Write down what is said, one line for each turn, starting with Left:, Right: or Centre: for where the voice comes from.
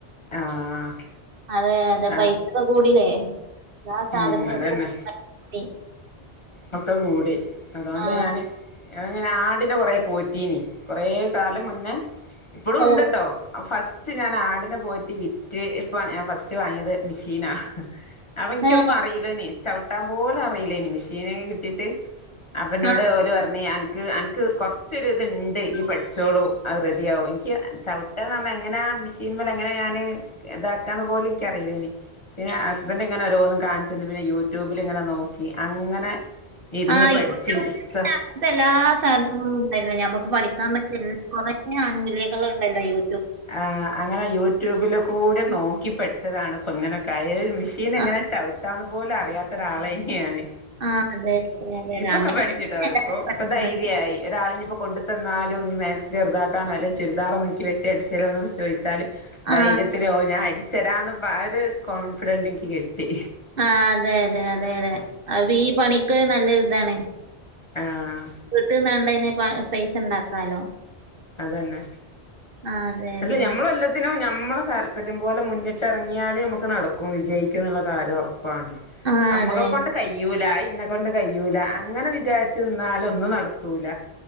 Left: ആഹ്
Right: അതെ അതെ
Left: ആ
Right: പൈസ കൂടില്ലേ എല്ലാ സാധനങ്ങൾക്കും
Left: ഉം അതന്നെ
Right: പൈസ കൂടി
Left: ഒക്കെ കൂടി അതുകൊണ്ട്
Right: ആ
Left: ഞാന് ഞാനിങ്ങനെ ആടിനെ കൊറേ പോറ്റീനി കൊറേ കാലം മുന്നേ ഇപ്പോളും
Right: ഓ
Left: ഉണ്ട് ട്ടോ ഫസ് റ്റ് ഞാൻ ആടിനെ പോയിട്ട് വിറ്റ് ഇപ്പ ഞാൻ ഫസ്റ്റ് വാങ്ങിയത് മെഷീനാ അപ്പൊ ഇന്ക്കൊന്നും
Right: ഏ
Left: അറിയില്ലേനി ചവിട്ടാൻ പോലും അറിയില്ലേനി മെഷീന് കിട്ടീട്ട് അപ്പൊ ഇന്നോട്
Right: ആ
Left: ഓല് പറഞ്ഞ് അന്ക്ക്‌ അന്ക്ക് കൊറ ച്ചൊരു ഇത്ണ്ട് യി പഠിച്ചോളും അത് റെഡിയ ആവും എനിക്ക് ചവിട്ടാന്നറിഞ്ഞ എങ്ങനാ മെഷീൻമല് പോലെ എങ്ങനെ ഞാന് ഇതാക്കാന്ന് പോലും എനിക്കറിയില്ലേനി പിന്നെ ഹസ്ബൻ്റ് ഇങ്ങനെ ഓരോന്നും കാണിച്ചന്ന് പിന്നെ യൂട്യൂബിലിങ്ങനെ നോക്കി അങ്ങനെ ഇരുന്ന്
Right: ആ
Left: പഠിച്ചി
Right: യൂട്യൂബിൽ
Left: സ
Right: അങ്ങനത്തെ എല്ലാ സാനങ്ങളും ഉണ്ടല്ലോ ഞമുക്ക് പഠിക്കാൻ പറ്റിയ എല്ലാ കുറേ ആനുകൂല്യങ്ങളുണ്ടല്ലോ യൂ
Left: ആഹ് അങ്ങനെ യൂട്യൂബില് കൂടെ നോ ക്കി പഠിച്ചതാണ് ഇപ്പൊ ഇങ്ങനെയൊക്കെ ആയെ ഈ മിഷീൻ എങ്ങനെ
Right: ആ
Left: ചവിട്ടാന്ന് പോലും അറിയാത്ത ഒരാളെനി ഞാന്
Right: ആ അതെ അതെ അതെ അതെ
Left: ഇപ്പൊക്കെ
Right: അങ്ങനെ
Left: പഠിച്ചുട്ടോ
Right: തന്നെയാണ് എല്ലാരും
Left: ഇപ്പൊ
Right: പഠിക്കുന്നത്
Left: ഇപ്പൊ ധൈര്യായി ഒരാളിഞ്ഞി ഇപ്പൊ കൊണ്ട് ത തന്നാലും ഇനി മാക്സി ചെറുതാക്കാനായാലും ചുരിദാറ് ഒന്ന് ഇനിക്ക് വെട്ടി അടിച്ചെരോന്ന് ചോദിച്ചാല് ധൈര്യത്തില്
Right: ആ
Left: ഓ ഞാൻ അടിച്ചെരാന്ന് ഒരു കോൺഫിഡൻ്റ് ഇനിക്ക് കിട്ടി
Right: ആ അതെ അതെ അതെ അതെ അത് ഈ പണിക്ക് നല്ല ഒരു ഇതാണ്
Left: ആഹ്
Right: വീട്ട്ന്നാണ്ടെനെ പൈ പൈസ ഉണ്ടാക്കാലോ
Left: അതന്നെ
Right: ആ അതെ അതെ
Left: അല്ല ഞമ്മള്
Right: ന-
Left: എല്ലാ ത്തിനു ഞമ്മളെ താല്പര്യം പോലെ മുന്നിട്ട് ഇറങ്ങിയാല് നമുക്ക് നടക്കും വിജയിക്കും എന്നുള്ള കാര്യം ഉറപ്പാണ്
Right: ആ
Left: അമ്മക്ക്
Right: അതെ
Left: കൊണ്ട് കയ്യൂല അത് ഇന്നെ കൊണ്ട് കയ്യൂല അങ്ങനെ വിചാരിച്ച് നിന്നാല് ഒന്നും നടക്കൂല